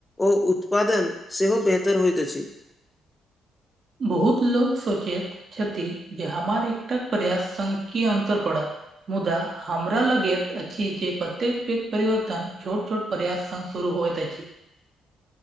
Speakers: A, on the left (about 20°); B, on the right (about 50°).
A: ओ उत्पादन सेहो बेहतर होइत अछि।
B: बहुत लोको सोचैत छथि, जे हमर एकटा प्रयास संख कि अन्तर पड़त। मुदा हमरा लगैत अछि जे प्रतेक पघं परिवर्तन छोट छोट प्रयास सँ सुरू होत छी।